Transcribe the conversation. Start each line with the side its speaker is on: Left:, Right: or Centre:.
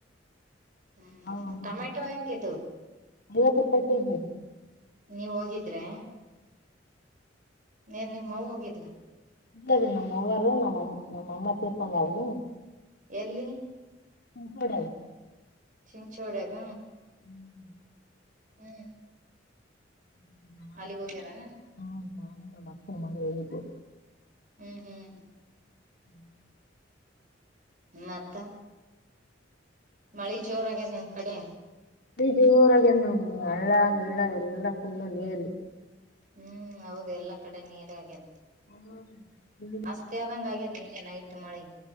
Right: ಹ್ಮ್
Left: ಐವತ್ತು
Right: ಟೊಮೆಟೊ ಹೆಂಗಿದು
Left: ರೂಪಾಯಿ ಕೆ ಜಿ ರಿ
Right: ನೀವ ಹೋಗಿದ್ರ್ಯಾ ಏನ್ ನಿಮ್ ಅವ್ವ್ ಹೋಗಿದ್ಲ.
Left: ಇಲ್ಲ ರೀ ನಮ್ಮವರು ನಮ್ಮ ಅಂ ನಮ್ ಅಮ್ಮ ತೀರ್ಕೊಂಡಾರಿ
Right: ಎಲ್ಲಿ
Left: <unintelligible>
Right: ಚಿಂಚೋಡ್ಯಾಗ
Left: ಹ್ಮ್
Right: ಹ್ಮ್
Left: ಹ್ಮ ಹ್ಮ್
Right: ಅಲ್ಲಿಗ್ ಹೋಗ್ಯರಾ
Left: ಹ್ಮ ನಾನು ನಮ್ ಮಕ್ಕನ ಮಗಳ್ ಹೋಗಿದ್ವಿ.
Right: ಹ್ಮ್ ಹ್ಮ್
Left: ಹ್ಮ್
Right: ಮತ್ತ ಮಳಿ ಜೋರ ಆಗ ನಿಮ್ ಕಡೆ.
Left: ಜೋರಾಗ್ಯದ್ ನೋಡ್ ಹಳ್ಳ ಗಿಳ್ಳ ಎಲ್ಲ ಎಲ್ಲಾ ಫುಲ್ ನೀರು.
Right: ಹ್ಮ್ ಹೌದು ಎಲ್ಲಾ ಕಡೆ ನೀರೆ ಅಗ್ಯದ್
Left: ಹ್ಮ್ <unintelligible>
Right: ತ್ತೆ ಆದಂಗ್ ಆಗ್ಯದ್ ನಿನ್ನೆ ನೈಟ್ ಮಳಿ.